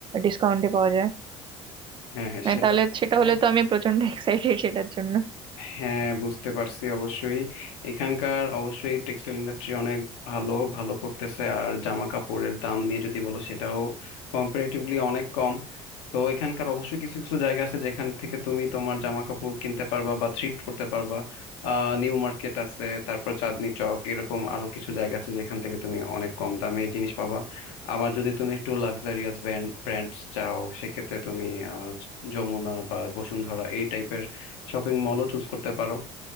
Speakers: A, on the right (about 40°); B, on the left (about 85°).
A: ডিসকাউন্টে পাওয়া যায়
B: হ্যাঁ হ্যাঁ
A: মানে
B: সেটা
A: তাহলে সেটা
B: তো
A: হলে তো আমি প্রচন্ড <laughs> এক্সাইটেড সেটার জন্য
B: হ্যাঁ বুঝতে পারছি অবশ্যই এখানকার অবশ্যই টেক্সটাইল ইন্ডাস্ট্রি অনেক ভালো ভালো করতেছে আর জামা কাপড়ের দাম নিয়ে যদি বলো সেটাও কম্পারেটিভলি অনেক কম তো এখানকার অবশ্যই কিছু কিছু জায়গা আছে যেখান থেকে তুমি তোমার জামা কাপড় কিনতে পারবা বা থ্রিফ্ট করতে পারবা আহ নিউ মার্কেট আছে তারপর চাঁদনি চক এরকম আরো কিছু জায়গা আছে যেখান থেকে তুমি অনেক কম দামে জিনিস পাবা আবার যদি তুমি একটু লাক্সারিয়াস ব্র্যান্ড ব্র্যান্ড চাও সেক্ষেত্রে তুমি আহ, যমুনা বা বসুন্ধরা এই টাইপের শপিং মলও চুজ করতে পারো